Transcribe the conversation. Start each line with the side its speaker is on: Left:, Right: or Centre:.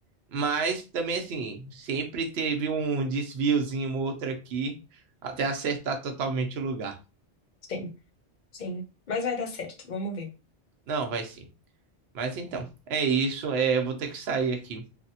Right: mas também assim, sempre teve um desviozinho, um outro aqui, até acertar totalmente o lugar.
Left: sim, sim. Mas vai dar certo, vamos ver.
Right: Não, vai sim. Mas então, é isso. é, eu vou ter que sair aqui.